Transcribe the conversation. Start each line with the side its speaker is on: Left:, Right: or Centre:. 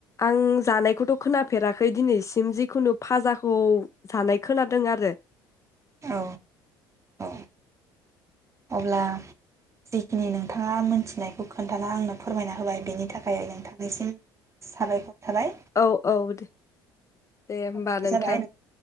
Left: आं जानायखौथ' खोनाफेराखै दिनैसिम जिखुनु फाजाखौ जानाय खोनादों आरो
Right: औ औ अब्ला जिखिनि नोंथाङा मोनथिनायखौ खोन्थाना आंनो फोरमायना होबाय बेनि थाखाय नोंथांनिसिम साबायखर थाबाय
Left: औ औ द दे
Right: समाबो
Left: हबा नोंथां
Right: जाबाय